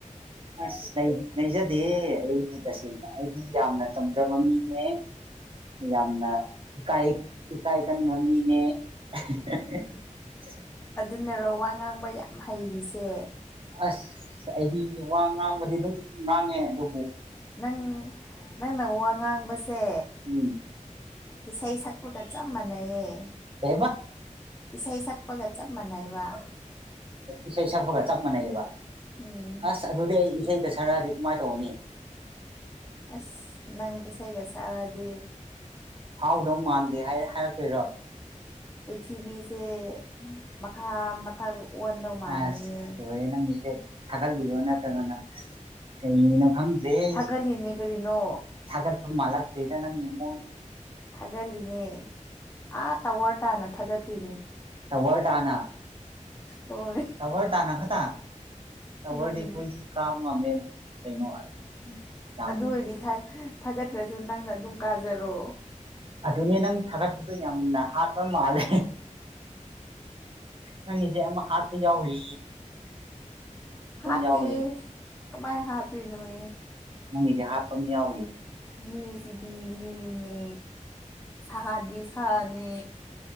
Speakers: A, on the right; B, on the left.
A: ꯑꯁ ꯅꯖꯗꯦ ꯑꯩꯗꯤ ꯇꯁꯦꯡꯅ ꯑꯩꯗꯤ ꯌꯥꯝꯅ ꯆꯝꯖꯕ ꯃꯤꯅꯦ ꯌꯥꯝꯅ ꯏꯀꯥꯑ ꯏꯀꯥꯑꯀꯟꯕ ꯃꯤꯅꯦ <unintelligible>
B: ꯎꯟꯅꯔꯧ ꯋꯥ ꯉꯥꯡꯕ ꯌꯥꯝ ꯍꯩꯔꯤꯁꯦ
A: ꯑꯁ ꯑ ꯑꯩꯗꯤ ꯋꯥ ꯉꯥꯡꯕꯗꯤ ꯑꯗꯨꯝ ꯉꯥꯡꯉꯦ ꯑꯗꯨ
B: ꯅꯪ ꯅꯪꯅ ꯋꯥ ꯉꯥꯡꯕꯁꯦ
A: ꯎꯝ
B: ꯏꯁꯩ ꯁꯛꯄꯒ ꯆꯞ ꯃꯥꯟꯅꯩꯌꯦ
A: ꯀꯩꯕ
B: ꯏꯁꯩ ꯁꯛꯄꯒ ꯆꯞ ꯃꯥꯟꯅꯩꯕ
A: ꯏꯁꯩ ꯁꯛꯄꯒ ꯆꯞ ꯃꯥꯟꯅꯩꯑꯕ
B: ꯎꯝ
A: ꯑꯁ ꯑꯗꯨꯗꯤ ꯑꯩ ꯏꯁꯩꯒ ꯁꯛꯑꯗꯤ ꯀꯃꯥꯏ ꯇꯧꫪꯅꯤ
B: ꯑꯁ ꯅꯪ ꯏꯁꯩꯒ ꯁꯛꯑꯗꯤ
A: ꯐꯥꯎꯗꯧ ꯃꯥꯟꯗꯦ ꯍꯥꯏ ꯍꯥꯏꯔꯛꯇꯣꯏꯔꯣ
B: ꯄꯔꯤꯊꯤꯕꯤꯁꯦ ꯃꯈꯥ ꯃꯊꯛ ꯑꯣꯟꯗꯧ ꯃꯥꯜꯂꯦꯌꯦ
A: ꯑꯥꯁ ꯂꯣꯏꯔꯦ ꯅꯪꯒꯤꯁꯦ ꯊꯥꯂꯤꯔꯣ ꯅꯠꯇꯔ꯭ ꯒꯅ ꯀꯩꯅꯣ ꯈꯪꯗ꯭ꯔꯦꯍꯦ ꯑꯩꯁꯨ
B: ꯊꯥꯒꯠꯂꯤꯅꯦ ꯀꯔꯤꯅꯣ
A: ꯊꯥꯒꯠꯄ ꯃꯥꯜꯂꯛ <unintelligible>
B: ꯊꯥꯒꯠꯂꯤꯅꯦ ꯑꯥ ꯇꯥꯋꯔ ꯇꯥꯟꯅ ꯊꯥꯒꯠꯇꯨꯏ
A: ꯇꯥꯋꯔ ꯇꯥꯅ
B: ꯍꯣꯏ
A: ꯇꯥꯋꯔ ꯇꯥꯅ ꯈꯇ ꯇꯥꯋꯔꯗꯤ
B: ꯎꯝ
A: ꯑꯩꯈꯣꯏꯗꯤ ꯀꯥꯕ ꯉꯝꯃꯦ ꯑꯗꯨ ꯀꯩꯅꯣ ꯑꯗꯨꯒꯤ <unintelligible>
B: ꯑꯗꯨ ꯑꯣꯏꯔꯗꯤ ꯊꯥꯒꯠꯇ꯭ꯔꯁꯨ ꯅꯪꯅ ꯑꯗꯨꯝ ꯀꯥꯖꯔꯣ
A: ꯑꯗꯨꯅꯦ ꯅꯪ ꯊꯥꯒꯠꯄꯗꯣ ꯌꯥꯝꯅ ꯍꯥꯠꯄ ꯃꯥꯜꯂꯦ ꯅꯪꯒꯤꯁꯦ ꯑꯃ ꯍꯥꯠꯄ ꯌꯥꯎꯔꯤ
B: ꯍꯥꯠꯇꯦ
A: ꯌꯥꯎꯔꯤ
B: ꯀꯃꯥꯏ ꯍꯥꯠꯇꯨꯏꯅꯣꯌꯦ
A: ꯅꯪꯒꯤꯁꯦ ꯍꯥꯞꯄꯃ ꯌꯥꯎꯔꯤ
B: ꯃꯤꯁꯤꯗꯤ ꯃꯤꯅꯦ ꯁꯥꯗꯤ ꯁꯥꯅꯦ